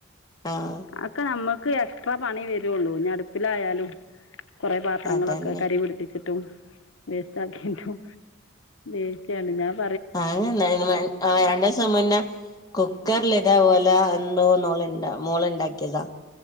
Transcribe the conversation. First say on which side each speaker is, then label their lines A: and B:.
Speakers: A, on the left; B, on the left.
A: ആഹ്
B: അക്കെ നമ്മുക്ക് എക്സ്ട്രാ പണി വരുള്ളൂ അടുപ്പിലായാലും കുറെ പാത്രങ്ങളൊക്കെ
A: അതന്നെ
B: കരി പിടിപ്പിച്ചിട്ടും വേസ്റ്റ് ആക്കിട്ടും ഇതെന് പണി
A: അന്തയാണ്ട രണ്ടുസും മുന്നേ കുക്കറൽ ഇതേപോലെ എന്തോ മോളണ്ട മോളുണ്ടാക്കിയതാ